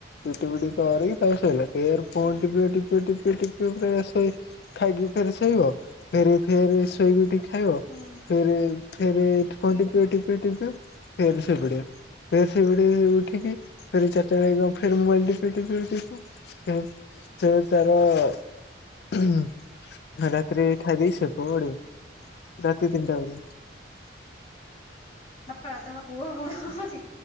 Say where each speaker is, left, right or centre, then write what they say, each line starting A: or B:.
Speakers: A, on the left; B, on the left.
A: ରୁଟି ଫୁଟି କରିକି ତାପରେ ସଇଲା, ଫେର୍ ଫୋନ୍
B: ହୁଁ
A: ଟିପିବ ଟିପିବ ଟିପିବ ଟିପିବ ପୁରା ଶୋ ଖାଇକି ଫେରେ ଶୋଇବ। ଫେରେ ଫେରେ ଶୋଇକି ଉଠିକି ଖାଇବ।
B: ହୁଁ
A: ଫେରେ ଫେରେ ଫୋନ ଟିପିବ ଟିପିବ ଟିପିବ ଫେରେ ଶୋଇପଡ଼ିବ। ଫେର ଶୋଇପଡ଼ିବି ଉଠିକି ଫେର ଚାରିଟା ବେଳେ <unintelligible> ଫେର ମୋବାଇଲ୍ ଦେ <unintelligible> ତାର ରାତିରେ ଖାଇ ଦେଇ ଶୋଇପଡ଼ିବୁ। ରାତି ତିନିଟା ବୋଧେ
B: ବାପା ତମ ପୁଅ ଭଲ ଅଛି।